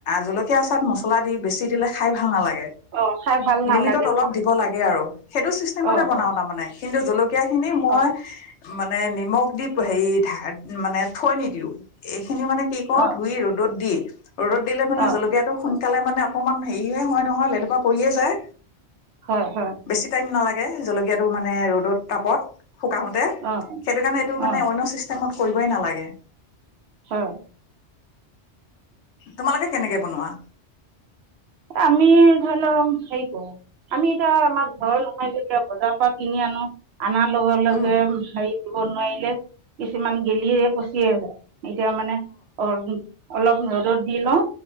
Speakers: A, on the left; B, on the right.
A: জলকীয়াা আচাৰত মছলা দি বেছি দিলে খাই ভাল নালাগে।
B: অ খাই ভাল নালাগে
A: লিমিটত অলপ দিব লাগে আৰু। সেইটো চিষ্টেমতে
B: অ
A: বনাওঁ
B: অ
A: তাৰমানে। জলকীয়া। জলকীয়া খিনি মই।
B: অ
A: মানে নিমখ দি হেৰি মানে থৈ নিদিও। খিনি মানে কি কৰো,
B: অ
A: ধুই ৰ'দত দি। ৰ'দত দিলে মানে
B: অ
A: জলকীয়াটো। সোনকালে মানে অকমান হেৰিয়ে হয় নহয়, লেলোপা পৰিয়ে যায়
B: হয় হয়
A: বেছি টাইম নালাগে। জলকীয়া টো মানে। মানে ৰ'দত তাপত। শুকাওতে,
B: অ
A: সেইটো কাৰণে এইটো
B: অ
A: মানে অন্য চিষ্টেমত। কৰিবই নালাগে
B: হয়
A: তোমালোকে কেনেকে বনোৱা?
B: আমি ধৰি লওক হেৰি কৰো, আমি এতিয়া আমাৰ ঘৰৰ নহয় যেতিয়া বজাৰৰ পৰা কিনি আনো আনাৰ লগে লগে
A: উম
B: হেই দিব নোৱাৰিলে কিছুমান গেলিয়ে পচিয় আহে যায় এতিয়া মানে অ অলপ ৰ'দদ দি লওঁ